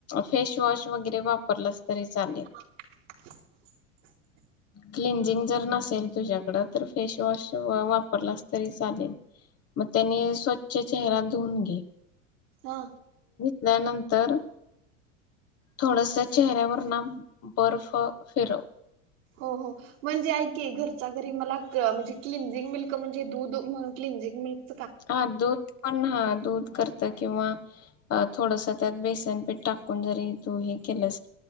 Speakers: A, on the left (about 35°); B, on the right (about 75°).
A: फेशवॉश वगेरे वापरलास तरी चालेल
B: <unintelligible>
A: क्लिनझिंग जर नसेल तुझ्याकडं तर फेशवॉश वापरलास तरी चालेल म त्यांने स्वच्छ चेहरा धुून घे
B: हा
A: त्यानंतर थोडस चेहऱ्यावर ना बर्फ फिरव
B: हो हो म्हणजे ऐक घरच्या घरी मला म्हणजे क्लिनज मिल्क म्हणजे दूध म्हणून क्लिंज मिल्क
A: हा दूध पण हा दूध करत किंवा अ थोडस त्यात बेसनपीठ टाकून जरी तू हे केलंस